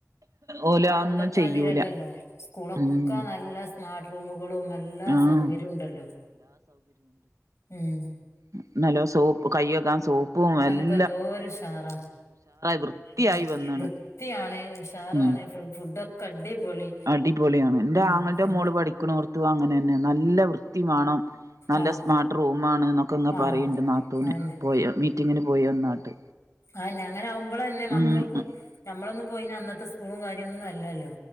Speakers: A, on the right (about 80°); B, on the left (about 60°).
A: ഓല്
B: പ്പപണ്ടത്താതിലല്ലല്ലോ
A: അതൊന്നും ചെയ്യൂല
B: സ്കൂളൊക്കനല്ല
A: ഉം
B: സ്മാർട്ട്‌റൂമുകളും മ എല്ലാ
A: ആഹ്
B: സൗകര്യോം ണ്ടല്ലോ ഉം
A: മ് നല്ലൊസോപ്പ് കയ്യേകാൻ സോപ്പും എല്ലൊം
B: ഇപ്പന്തോരുഷാറാ
A: വൃത്തിയായി
B: ഉം
A: വന്നാണ്
B: വൃത്തിയാണ് ഉഷാറുആണ്
A: ഉം
B: മ്ഫുഡൊക്കെ അടിപൊളി
A: അടിപൊളിയാണ് ന്റാങ്ങളന്റെമോള്
B: ഉം എൽ
A: പഠിക്കിണോട് ത്തും അങ്ങനെന്നെ നല്ല വൃത്തി മാണം നല്ല
B: ആഹ്
A: സ്മാർട്ട് റൂമാണ്ന്നൊക്കങ്ങനെ
B: ആഹ്
A: പറയിണ്ട് നാത്തൂന്
B: അതന്നെ
A: പോയ മീറ്റിംഗിന് പോയി വന്നാട്ട്
B: ആന്നെ അങ്ങനാവുമ്പളെന്നെ മക്കൾക്കും
A: ഉം
B: ഞമ്മളൊന്നും പോയീന അന്നത്ത സ്കൂളും കാര്യോന്നല്ലല്ലോ